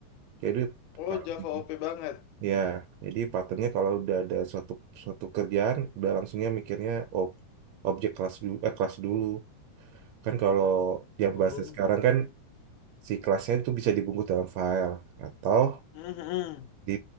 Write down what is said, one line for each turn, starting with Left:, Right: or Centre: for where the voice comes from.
Right: jadi
Left: Oh,
Right: Python.
Left: Java O P banget.
Right: ya, jadi patternnya kalau udah ada suatu suatu kerjaan, udah langsungnya mikirnya ob, objek kelas dulu, kelas dulu. Kan kalau yang
Left: Oh.
Right: bahasa sekarang kan si kelasnya itu bisa dibungkus dalam file atau
Left: Mhm.
Right: di